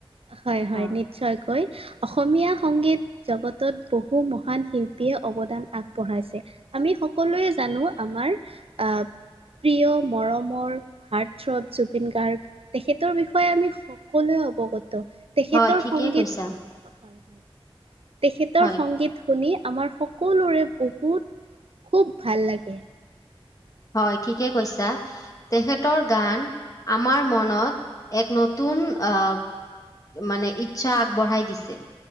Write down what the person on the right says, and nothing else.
হয় হয়
নিশ্চয়কৈ। অসমীয়া সংগীত জগতত বহু মহান শিল্পীয়ে অৱদান আগবঢ়াইছে। আমি সকলোৱে জানো আমাৰ আ প্ৰিয় মৰমৰ হাৰ্ট থ্ৰপ জুবিন গাৰ্গ তেখেতৰ বিষয়ে আমি স সকলোৱে অৱগত তেখেতৰ
সংগীত।
হয় হয় তেখেতৰ
সংগীত। শুনি আমাৰ সকলোৰে বহুত খুব ভাল লাগে।